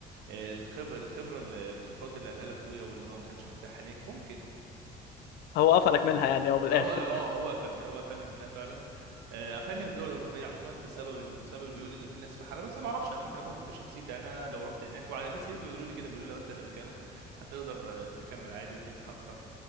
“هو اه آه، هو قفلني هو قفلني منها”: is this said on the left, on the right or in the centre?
Right